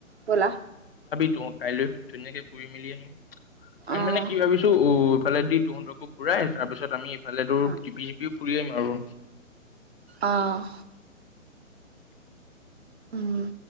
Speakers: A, on the right (about 50°); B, on the left (about 45°).
A: বলা।
B: ত কাইলৈ ধুনীয়াকে ফুৰি মেলি আহিম। আমি
A: অ'।
B: মানে কি ভাবিছো উ, অলৰেডি তহঁতকো আহ তাৰপিছত আমি ভালে টোৰ
A: অ',
B: পিয়েপিও ফুৰিম আৰু
A: অঁ। উম।